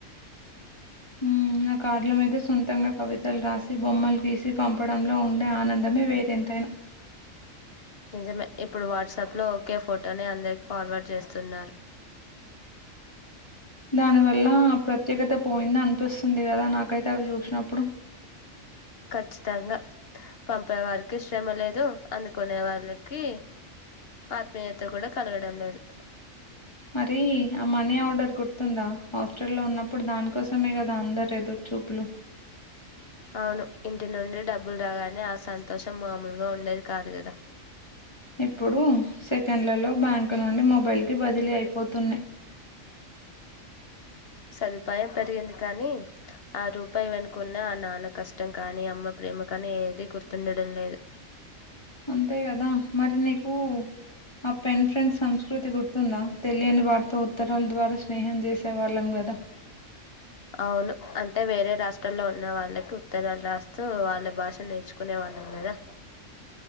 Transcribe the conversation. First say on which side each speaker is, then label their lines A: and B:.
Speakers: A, on the left; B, on the left.
A: మ్. ఆ కార్డ్ల మీద సొంతంగా కవితలు రాసి బొమ్మలు గీసి పంపడంలో ఉండే ఆనందమే వేరెంతైనా
B: నిజమే ఇప్పుడు వాట్స ప్లో ఓకే ఫోటోని అందరికి ఫార్వర్డ్ చేస్తున్నారు.
A: దాని వల్ల ప్రత్యేకత పోయిందనిపిస్తుంది కదా నాకైతే అవి చూసినప్పుడు
B: ఖచ్చితంగా పంపేవారికే శ్రమ లే దు. అందుకునే వాళ్ళకి ఆత్మీయత కూడా కలగడం లేదు.
A: మరీ ఆ మనీ ఆర్డర్ గుర్తుందా హాస్టల్లో ఉన్నప్పుడు దానికోస్ సమే కదా అందరెదురు చూపులు
B: అవును. ఇంటి నుండి డబ్బులు రాగానే ఆ సంతోషం మామూలుగా ఉండేది కాదు కదా
A: ఇప్పుడు సెకండ్లలో బ్యాంకు నుండి మొబైల్ కి బదిలీ అయిపోతున్నాయ్.
B: సదుపాయం పెరిగింది కానీ ఆ రూపాయి వెనుకున్న అన్ నాన్న కష్టం కానీ అమ్మ ప్రేమ కానీ ఏదీ గుర్తుండడం లేదు.
A: అంతే కదా మరి నీకు ఆ పెన్ ఫ్రెండ్ సంస్కృతి గుర్ తుందా తెలియని వార్తో ఉత్తరాల ద్వారా స్నేహం చేసే వాళ్ళం కదా
B: అవును అంటే వేరే రాష్ట్రాల్లో ఉన్న వాళ్ళకు. ఉత్తరాలు రాస్తూ వాళ్ళ భాష నేర్చుకునే వాళ్ళం కదా